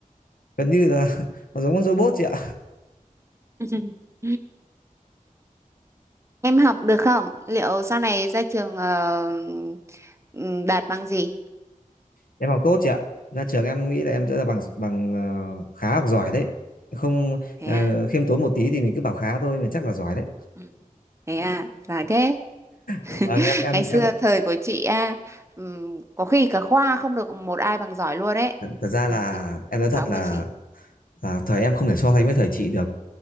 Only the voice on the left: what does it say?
gần như là <laughs> nó giống con robot chị ạ.
Em học tốt chị ạ. Ra trường em nghĩ là em sẽ là bằng bằng ờ, khá hoặc giỏi đấy. Không
ờ,
khiêm tốn một tí thì mình cứ bảo khá thôi mà chắc là giỏi đấy.
Vâng
em em
em
thật ra là
em nói thật
là
À, thời em không thể so sánh với thời chị được.